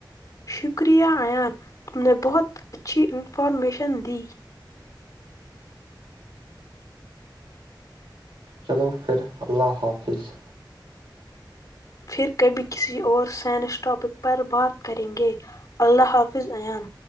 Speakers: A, on the left; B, on the right.
A: شکریہ ایان تم نے بہت اچھی انفارمیشن دی
B: چلو پھر اللہ حافظ
A: پھر کبھی کسی اور سائنس ٹاپک پر بات کریں گے اللہ حافظ ایان